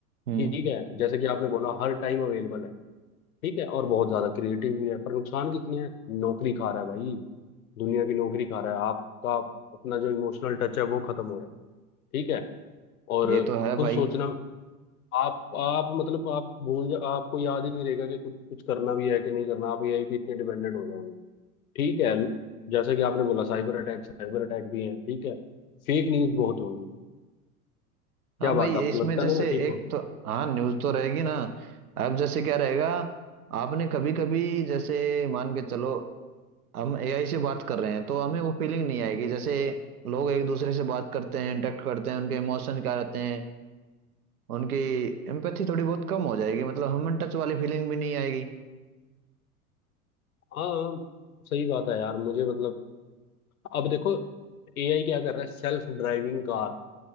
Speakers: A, on the right; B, on the left.
A: हम्म
B: ठीक है जैसे कि आपने बोला हर टाइम अवेलेबल है ठीक है और बहुत ज्यादा क्रिएटिव भी है पर नुकसान कितने हैं नौकरी खा रहा है भाई दुनिया की नौकरी खा रहा है आपका अपना जो इमोशनल टच है वो खत्म हो रहा है ठीक है और
A: ये तो है भाई
B: खुद सोचना आप आप मतलब आप भूल जा आपको याद ही नहीं रहेगा कि कुछ कुछ करना भी है कि नहीं करना आप एआई पे इतने डिपेंडेंट हो जाओगे ठीक है जैसे कि आपने बोला साइबर अटैक साइबर अटैक भी है ठीक है फेक न्यूज बहुत होगी क्या
A: हाँ
B: बात
A: भाई
B: है आपको
A: इसमें
B: लगता
A: जैसे
B: है ना मैं ठीक
A: एक
B: हूँ
A: तो हाँ न्यूज़ तो रहेगी ना अब जैसे क्या रहेगा आपने कभी कभी जैसे मान के चलो हम एआई से बात कर रहे हैं तो हमें वो फीलिंग नहीं आएगी जैसे लोग एक दूसरे से बात करते हैं इंटरेक्ट करते हैं उनके इमोशन क्या रहते हैं उनकी एम्पैथी थोड़ी बहुत कम हो जाएगी मतलब ह्यूमन टच वाली फीलिंग भी नहीं आएगी
B: हाँ सही बात है यार मुझे मतलब अब देखो एआई क्या कर रहा है सेल्फ ड्राइविंग कार